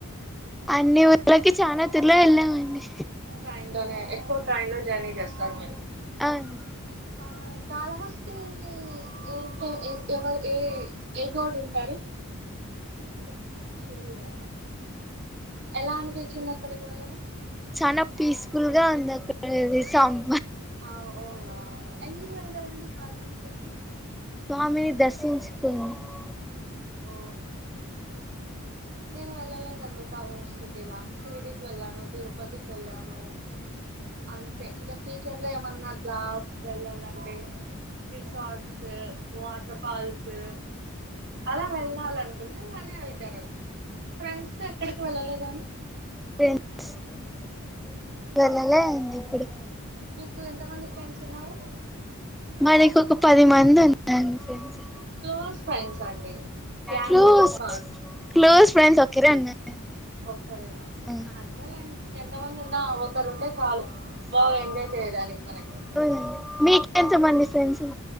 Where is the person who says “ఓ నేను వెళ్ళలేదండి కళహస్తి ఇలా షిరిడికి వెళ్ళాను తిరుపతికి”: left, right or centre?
Right